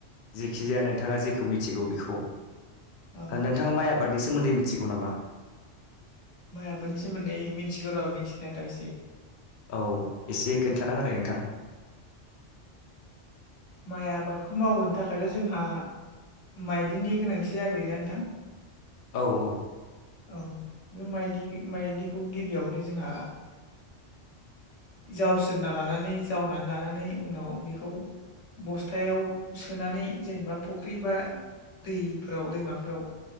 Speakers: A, on the left (about 55°); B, on the left (about 75°).
A: जेखि जाया नोंथाङा जेखौ मिथिगौ बेखौ
B: ओ
A: नोंथाङा माइ आबादनि सोमोन्दै मिथिगौ नामा
B: माइ आबादनि सोमोन्दै मिथिगौ र' मिथिनायाथ' एसे
A: औ एसे खोन्थाना होलाय नोंथां
B: माइ आबादखौ मावहोनो थाखायथ' जोंहा माइदिनि गोनांथि जाग्रो ना नोंथां
A: औ औ
B: औ बे माइलिखौ गिबियावनो जोंहा जावसेरना लानानै जावनानै लानानै उनाव बेखौ बस्थायाव सोनानै जेनेबा फुख्रि बा दैफोराव दैमाफोराव